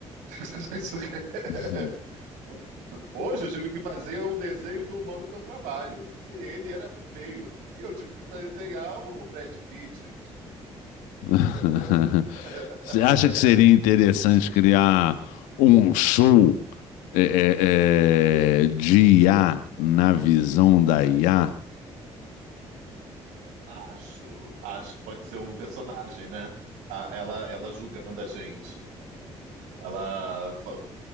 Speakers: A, on the right; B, on the left.
A: <laughs>
B: Uhum.
A: Hoje eu tive que fazer o desenho do humano que eu trabalho. E ele era feio. E eu tive que desenhar o Brad Pitt.
B: <laughs>
A: <laughs>
B: Você acha que seria interessante criar um show é, é, é, de IA na visão da IA?
A: Acho, acho que pode ser um personagem, né? A- Ela, ela julgando a gente, ela fa-